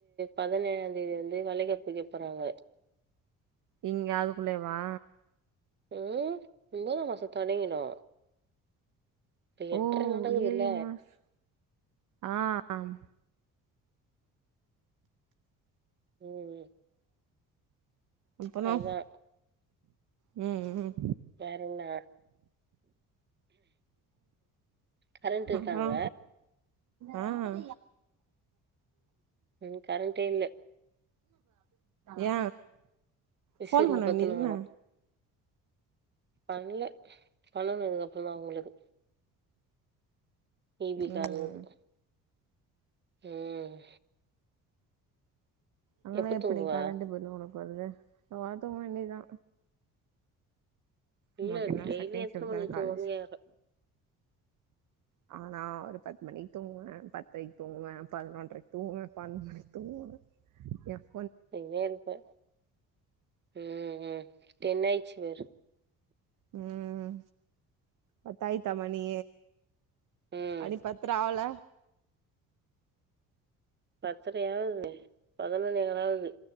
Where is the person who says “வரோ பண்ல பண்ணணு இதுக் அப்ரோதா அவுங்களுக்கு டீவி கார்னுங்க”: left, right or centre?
Right